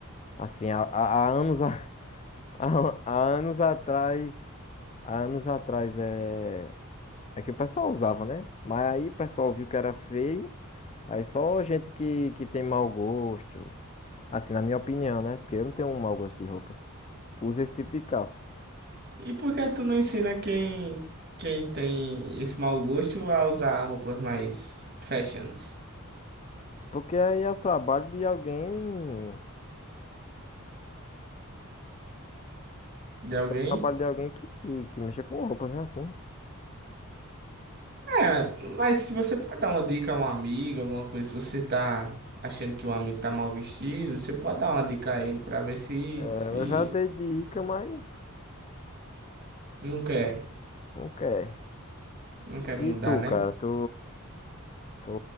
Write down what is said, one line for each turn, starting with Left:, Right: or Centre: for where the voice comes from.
Left: assim, há, há- há anos a- <laughs> há, há anos atrás, há anos atrás é é que o pessoal usava, né? Mas aí o pessoal viu que era feio, aí só gente que que tem mau gosto, assim, na minha opinião, né? Porque eu não tenho um mau gosto de roupas. Usa esse tipo de calça.
Right: E por que tu não ensina quem, quem tem esse mau gosto a usar roupas mais fashions
Left: Porque aí é o trabalho de alguém. É
Right: de
Left: o
Right: alguém?
Left: trabalho de alguém que, que mexa com roupas, né? Assim.
Right: É, mas se você pode dar uma dica a um amigo, alguma coisa, se você tá achando que um amigo tá mal vestido, você pode dar uma dica a ele pra ver se,
Left: É,
Right: se
Left: eu já dei dica, mas
Right: não quer,
Left: não quer.
Right: não quer mudar,
Left: E tu,
Right: né?
Left: cara? Tu, tu